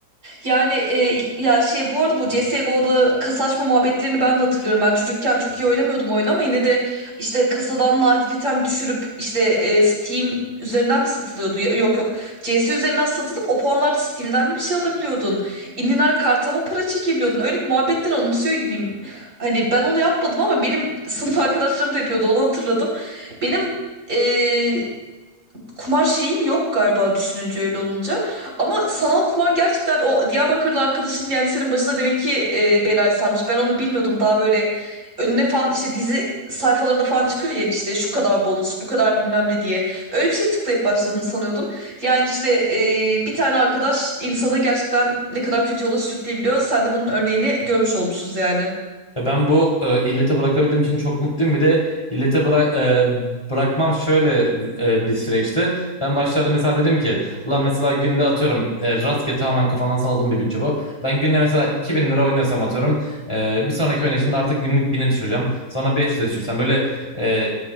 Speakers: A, on the right; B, on the left.
A: Yani e, ya şey bu arada bu CSGO'da kasa açma muhabbetlerini ben de hatırlıyorum. Ben çocukken çok iyi oynamıyordum oyunu ama yine de işte kasadan nadir item düşürüp işte e, Steam üzerinden mi satılıyordu? Ya- Yok yok. CS üzerinden satılıp o puanlarla Steam'den mi bir şey alabiliyordun? İninar karta mı para çekebiliyordun? Öyle bir muhabbetler anımsıyor gibiyim. Hani ben onu yapmadım ama benim sınıf arkadaşlarım da yapıyordu onu hatırladım. Benim e, kumar şeyim yok galiba düşününce öyle olunca. Ama sanal kumar gerçekten o Diyarbakırlı arkadaşın yani senin başına demek ki e, belayı sarmış. Ben onu bilmiyordum. Daha böyle önüne falan işte dizi sayfalarında falan çıkıyor yani işte şu kadar bonus, bu kadar bilmem ne diye. Öyle bir şey tıklayıp başladığını sanıyordum. Yani işte e, bir tane arkadaş insanı gerçekten ne kadar kötü yola sürükleyebiliyor. Sen de bunun örneğini görmüş olmuşuz yani.
B: Ve Ben bu e, illete bırakabildiğim için çok mutluyum. Bir de illete bıra- e, bırakmam şöyle e, bir süreçti. Ben başlarda mesela dedim ki lan mesela günde atıyorum e, rastgele tamamen kafamdan salladığım bir bütçe bu. Ben günde mesela 2000 lira oynuyorsam atıyorum e, bir sonraki oynayışımda artık günlük 1000'e düşüreceğim. Sonra 5 lira düşürsem böyle e,